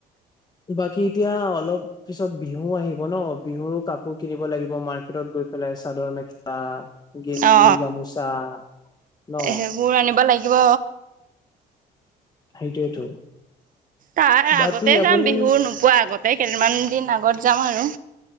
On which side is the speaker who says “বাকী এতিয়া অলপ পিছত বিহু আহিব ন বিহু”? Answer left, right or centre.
Left